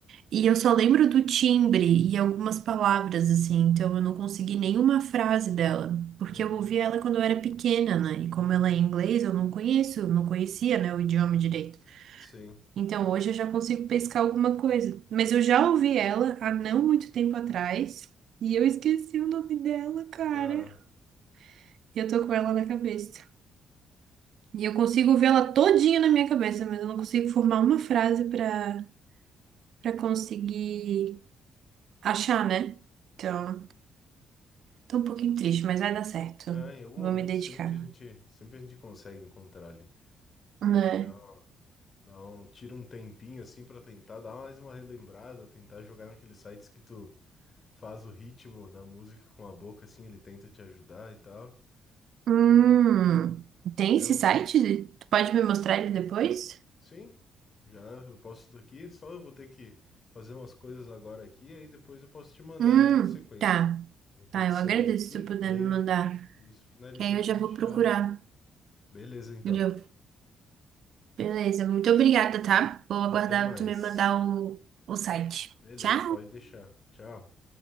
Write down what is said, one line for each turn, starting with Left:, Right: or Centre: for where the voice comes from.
Right: E eu só lembro do timbre e algumas palavras, assim, então eu não consegui nenhuma frase dela, porque
Left: Uhum.
Right: eu ouvi ela quando eu era pequena, né? E
Left: Hum,
Right: como ela é em inglês, eu não conheço, não conhecia, né, o idioma direito.
Left: sim.
Right: Então hoje eu já consigo pescar alguma coisa. Mas eu já ouvi ela há não muito tempo atrás e eu esqueci o nome dela, cara.
Left: Dá.
Right: E eu tô com ela na cabeça. E eu consigo ver ela todinha na minha cabeça, mas eu não consigo formar uma frase pra, pra conseguir achar, né? Então. Tô um pouquinho triste, mas vai dar certo.
Left: Ah, em algum
Right: Vou
Left: momento
Right: me dedicar.
Left: sempre a gente, sempre a gente consegue encontrar ali.
Right: né?
Left: A gente dá, uma- dá um, tira um tempinho assim pra tentar dar mais uma relembrada, tentar jogar naqueles sites que tu faz o ritmo da música com a boca, assim, ele tenta te ajudar e tal.
Right: Hum,
Left: Então,
Right: tem
Left: é
Right: esse
Left: o...
Right: site? Tu pode me mostrar ele depois?
Left: Sim, já eu posso daqui, só eu vou ter que fazer umas coisas agora aqui, aí depois eu posso te mandar
Right: Hum,
Left: já na sequência.
Right: tá.
Left: Vou ter
Right: Tá,
Left: que
Right: eu
Left: sair
Right: agradeço
Left: aqui,
Right: se tu puder
Left: aí
Right: me mandar.
Left: eu- isso, finalizando
Right: Que aí eu
Left: a
Right: já
Left: gente
Right: vou
Left: já
Right: procurar.
Left: vê. Beleza, então.
Right: Eu já- Beleza, muito obrigada, tá? Vou aguardar
Left: Até mais.
Right: tu me mandar o, o site.
Left: Beleza,
Right: Tchau!
Left: pode deixar. Tchau.